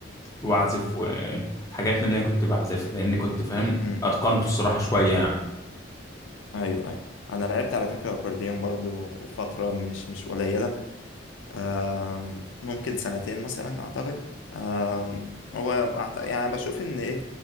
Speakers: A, on the left (about 15°); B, on the left (about 80°).
A: واعزف وحاجات من اللي انا كنت بعزف لان كنت فاهم
B: م-
A: اتقنته
B: م.
A: الصراحه شويه يعني
B: أيوه أيوه أنا لعبت على فكرة أكورديون برضو فترة مش مش قليلة آم، ممكن سنتين مثلا اعتقد آم، هو أعت- يعني بشوف ان ايه